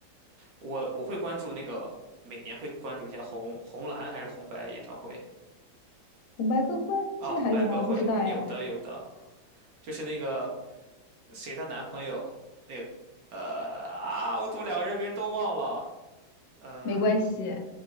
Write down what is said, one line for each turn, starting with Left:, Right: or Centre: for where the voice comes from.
Right: 我我会关注那个，每年会关注一下红红蓝还是红白演唱会
Left: 红白歌会现在还有吗？
Right: 啊，红白歌会，
Left: 我不知道哎，
Right: 有的有的，就是那个谁她男朋友那个呃啊，我怎么两个人名都忘了？嗯，
Left: 没关系，